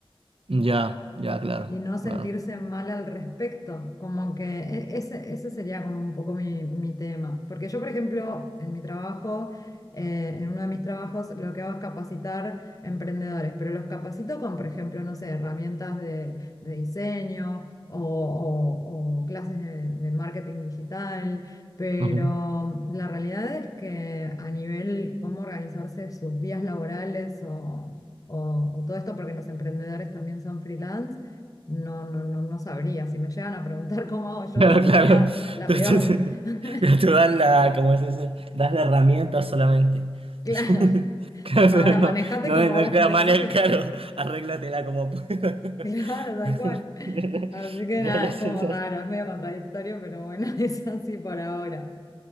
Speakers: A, on the right (about 75°); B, on the left (about 35°).
A: Ya, ya, claro,
B: y no sentirse
A: claro.
B: mal al respecto, como que e- ese, ese sería como un poco mi, mi tema. Porque yo, por ejemplo, en mi trabajo, eh, en uno de mis trabajos, lo que hago es capacitar emprendedores, pero los capacito con, por ejemplo, no sé, herramientas de, de diseño o, o- o clases de, de marketing digital, pero
A: Ujú.
B: la realidad es que a nivel cómo organizarse sus días laborales o... o- o todo esto, porque los emprendedores también son freelance, no, no, no, no sabría. Si me llegan a preguntar cómo hago yo,
A: Claro,
B: sería
A: claro. <laughs>
B: la
A: Tú,
B: peor.
A: tú- tú-
B: <laughs>
A: <laughs> tú das la, ¿cómo se dice? Das la herramienta solamente. <laughs>
B: Claro.
A: <laughs> Claro,
B: Ahora
A: pero
B: manejate
A: no, no,
B: como
A: es- no es la
B: vos decidas.
A: manera, claro,
B: <laughs>
A: arréglatela como puedas. <laughs>
B: Claro, tal cual.
A: Ya,
B: Así que
A: ya
B: nada,
A: ya sé,
B: es como
A: ya
B: raro,
A: sé.
B: es medio contradictorio, pero bueno, <laughs> es así por ahora.